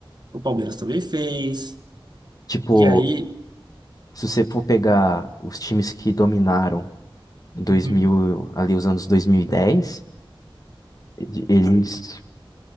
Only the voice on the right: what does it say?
O Palmeiras também fez,
e aí.
Uhum.